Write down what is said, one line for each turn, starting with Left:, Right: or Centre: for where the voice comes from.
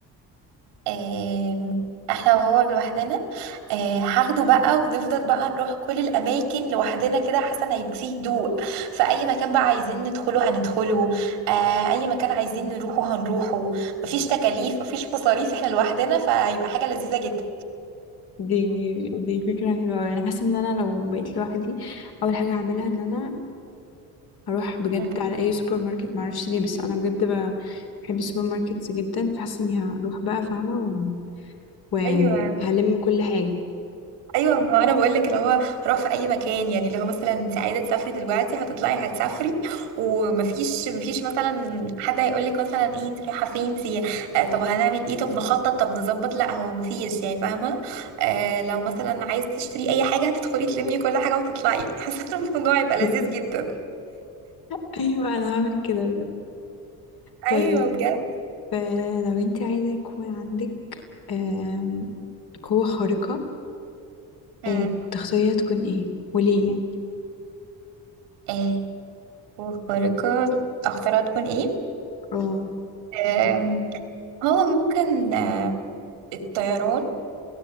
Right: آم، احنا وهو لوحدنا آه، هاخده بقى ونفضل بقى نروح كل الاماكن لوحدنا كده حسن هيبقى فيه هدوء فاي مكان بقى عايزين ندخله هندخله آه، اي مكان عايزين نروحه هنروحه مفيش تكاليف مفيش مصاريف احنا لوحدنا فهيبقى حاجة لذيذة جدا
Left: دي دي فكرة حلوة اوي انا حاسة ان انا لو بقيت لوحدي اول حاجة هعملها ان انا هروح بجد
Right: مم.
Left: على اي سوبر ماركت معرفش ليه بس انا بجد ب- بحب السوبر ماركتس جدا فحاسة اني هروح بقى فاهمة و... وهلم
Right: ايوه
Left: كل حاجة
Right: ايوه ما هو انا بقول لك اللي هو روح في اي مكان يعني اللي هو مثلا انت عايزه تسافري دلوقتي هتطلعي هتسافري ومفيش مفيش مثلا حد هيقول لك مثلا ايه انت رايحه فين انت آه طب هنعمل ايه طب نخطط طب نظبط لا هو مفيش يعني فاهمه آه لو مثلا عايز تشتري اي حاجه هتدخلي تلمي كل حاجه وتطلعي <laughs> يعني حاسه إن الموضوع يبقى
Left: فكرة
Right: لذيذ جدا
Left: <laughs> ايوه انا هعمل كده بجد طيب
Right: ايوه بجد
Left: آه، لو انتي عايزة يكون عندك آم، قوة خارقة
Right: امم
Left: آه، تختاريها تكون ايه وليه يعني
Right: ايه وخارقه اختارها تكون ايه
Left: اه
Right: آم، هو ممكن آه، الطيران